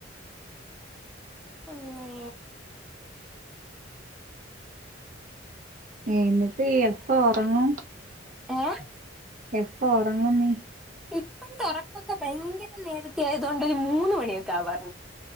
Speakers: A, in the centre; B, on the right.
A: അമ്മേ
B: എന്നിട്ട് എപ്പ ഉറങ്ങും
A: ഏ
B: എപ്പ ഉറങ്ങ നീ
A: ഇപ്പം തുറക്കൊക്കെ ഭയങ്കര നേരത്തെ ആയതുകൊണ്ട് ഒരു മൂന്ന് മണിയൊക്കെ ആവാറ്